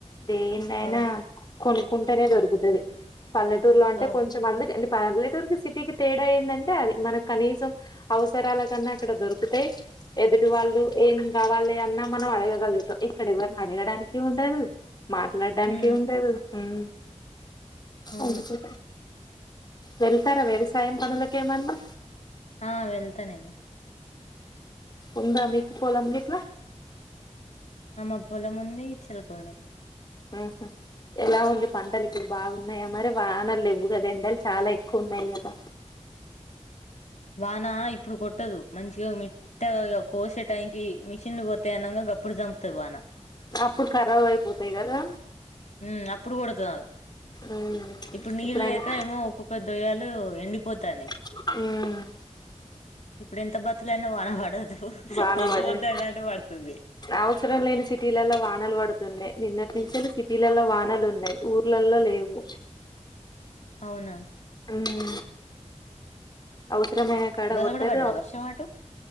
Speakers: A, on the left; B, on the left.
A: దేన్నైనా
B: అవును
A: కొనుక్కుంటేనే దొరుకుతుది పల్లెటూరులో అంటే
B: అవు
A: కొంచెమంది పల్లెటూరుకి సిటీకి తేడా ఏందంటే అది మనకు కనీసం అవసరాల కన్నా అక్కడ దొరుకుతాయి ఎదుటి వాళ్ళు ఏం కావాలి అన్నా మనం అడగగలుగుతాం ఇక్కడ ఎవరిని అడగడానికి ఉండదు మాట్లాడడానికి
B: ఉమ్
A: ఉ అమ్
B: అవును
A: అందుకే వెళ్తారా వ్యవసాయం పనులకు ఏమన్నా
B: ఆ వెళ్తా నేను
A: ఉందా మీకు పోలం గట్లా
B: ఆమ పొలం ఉంది చిలక ఉంది
A: ఆహుమ్ ఎలా ఉంది పంటలు ఇప్పుడు బాగున్నాయా మరి వానలు ఇవ్వు కదా ఎండలు చాలా ఎక్కువ ఉన్నాయి కదా
B: వాన ఇప్పుడు కొట్టదు మంచిగా మిట్టగా కోసే టైంకి మ చిన్నగా తేనంగా గప్పుడు చంపుతది వాన
A: అప్పుడు ఖరాబ్ అయిపోతాయి కదా
B: ఉమ్ అప్పుడు కుడుతు
A: ఉమ్
B: ఇప్పుడు నీళ్ళు
A: ఇప్పుడైనా
B: లేక ఏమో ఒక్కొ కొద్ద తొయలు ఎండిపోతాయి
A: ఉమ్
B: ఇప్పుడు ఎంత బతులయినా వాన పడదు
A: వాన
B: వద్దు
A: పడదు
B: వద్దు అనంటే పడుతది
A: అవసరం లేని సిటీలలో వానలు పడుతున్నాయి నిన్నటి నుంచే సిటీలలో వానలు ఉన్నాయి ఊర్లలో లేవు
B: అవునా
A: అమ్ అవసరమైన కడ
B: ఇవాళ
A: కొట్టదు
B: కూడా పడ్డదా వర్షం అటు